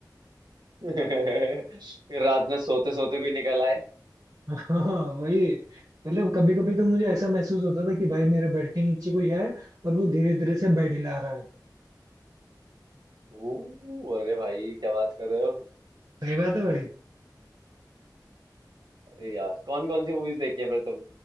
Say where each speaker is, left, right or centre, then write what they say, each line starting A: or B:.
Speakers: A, on the right; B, on the right.
A: <laughs> फिर रात में सोते सोते कोई निकल आए
B: हाँ वही मतलब कभी कभी तो मुझे ऐसा महसूस होता था कि भाई मेरे बेड के नीचे कोई है और वो धीरे धीरे से बेड हिला रहा है
A: ओ अरे भाई क्या बात कर रहे हो
B: सही बात है भाई
A: अरे यार कौन कौन सी मूवीज देखी है फिर